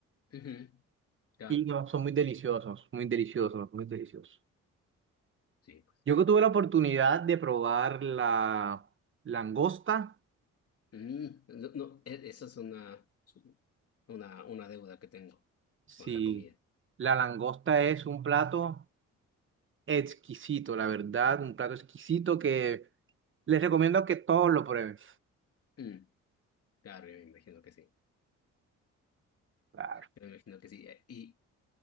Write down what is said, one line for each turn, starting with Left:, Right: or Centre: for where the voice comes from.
Left: Ujú, Claro,
Right: y no, son muy deliciosos, muy deliciosos, muy deliciosos.
Left: sí, pues.
Right: Yo que tuve la oportunidad de probar la langosta,
Left: Mm, no, no, e- esa es una, una, una deuda que tengo
Right: sí,
Left: con la comida.
Right: la langosta es un plato exquisito, la verdad, un plato exquisito que les recomiendo que todos lo prueben.
Left: Mm, Claro, yo me imagino que sí.
Right: Claro.
Left: Yo me imagino que sí. Y,